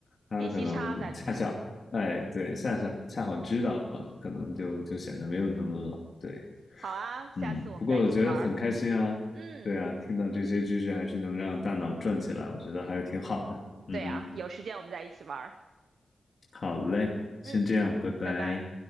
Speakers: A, on the left; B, on the right.
A: 他可能恰巧，
B: 信息差在里面。
A: 哎，对，恰巧恰好知道，可能就就显得没有那么冷。对，
B: 好啊，下次我们再一起玩儿。
A: 嗯，不过我觉得很开心啊，
B: 嗯，
A: 对啊，听到这些知识还是能让大脑转起来，我觉得还是挺好的。嗯哼，
B: 对啊，有时间我们再一起玩儿。
A: 好嘞，
B: 嗯，
A: 先这样，拜拜。
B: 拜拜。